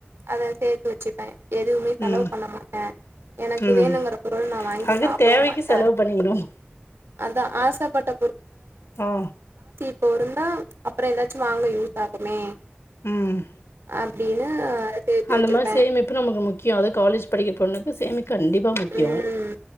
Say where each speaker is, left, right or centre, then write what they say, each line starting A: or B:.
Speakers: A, on the right; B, on the left.
A: அத சேத்து வச்சிபே எதுவுமே செலவு
B: ம்
A: பண்ண மாட்டே எனக்கு
B: ம்
A: வேணுகிற பொருள நா வாங்கி
B: அதுக்குன்னு
A: சாப்டவு
B: தேவைக்கு
A: மாட்டே
B: செலவு பண்ணிக்கணும்
A: அதா ஆசப்பட்ட
B: ஆ
A: ப்போ யிருந்தா அப்புற எதாச்சி வாங்க யூஸ் ஆகுமே
B: ம்
A: அப்டின்னு சேத்து
B: அந்த
A: வச்சிருப்பே
B: மாரி சேமிப்பு நமக்கு முக்கியும் அதும் காலேஜ் படிக்கிற பொண்ணு க்கு சேமி கண்டிப்பா முக்கியும்
A: ம்